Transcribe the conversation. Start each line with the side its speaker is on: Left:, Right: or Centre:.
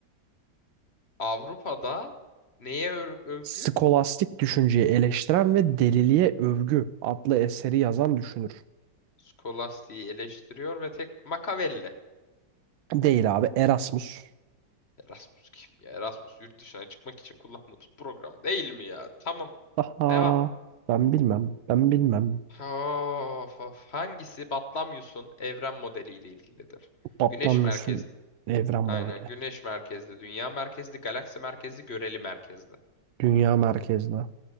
Left: Avrupa'da neye ör- övgü?
Right: Skolastik düşünceyi eleştiren ve Deliliğe Övgü adlı eseri yazan düşünür.
Left: Skolastiği eleştiriyor ve tek Machiavelli.
Right: Değil abi Erasmus.
Left: Erasmus kim ya? Erasmus yurt dışına çıkmak için kullandığımız program değil mi ya? Tamam.
Right: Aha
Left: Devam.
Right: ben bilmem ben bilmem.
Left: Of, of. Hangisi Batlamyus'un evren modeliyle ilgilidir?
Right: Patlamıyorsun
Left: Güneş merkezli.
Right: evren modeli.
Left: Aynen. Güneş merkezli, dünya merkezli, galaksi merkezli, göreli merkezli.
Right: Dünya merkezli.